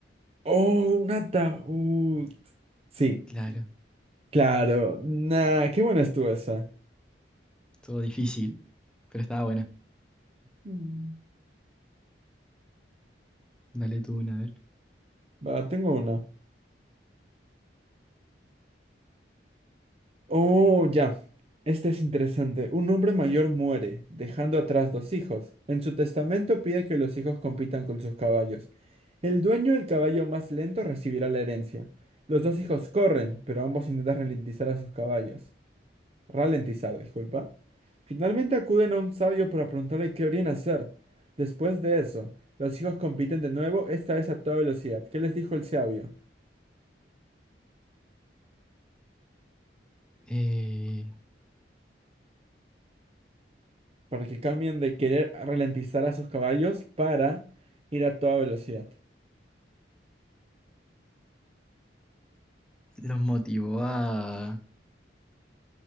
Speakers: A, on the right; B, in the centre.
A: ¡Oh, un ataúd! Sí,
B: Claro,
A: claro. Nah, qué buena estuvo esa.
B: todo difícil, pero estaba buena.
A: Mm.
B: Dale tú una, a ver.
A: Va, tengo una. Oh, ya. Este es interesante. Un hombre mayor muere, dejando atrás dos hijos. En su testamento pide que los hijos compitan con sus caballos. El dueño del caballo más lento recibirá la herencia. Los dos hijos corren, pero ambos intentan ralentizar a sus caballos. Ralentizar, disculpa. Finalmente acuden a un sabio para preguntarle qué deberían hacer. Después de eso, los hijos compiten de nuevo, esta vez a toda velocidad. ¿Qué les dijo el sabio?
B: Eh,
A: para que cambien de querer ralentizar a sus caballos para ir a toda velocidad.
B: los motivó a,